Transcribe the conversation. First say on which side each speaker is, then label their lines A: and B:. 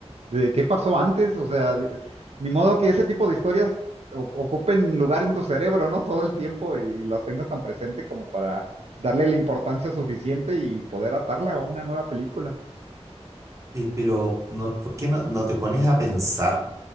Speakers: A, on the right; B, on the right.
A: de qué pasó antes, o sea, ni modo que ese tipo de historias o- ocupen lugar en tu cerebro, ¿no? Todo el tiempo y las tengas tan presente como para darle la importancia suficiente y poder atarla a una nueva película.
B: Pero, no, ¿por qué no, no te pones a pensar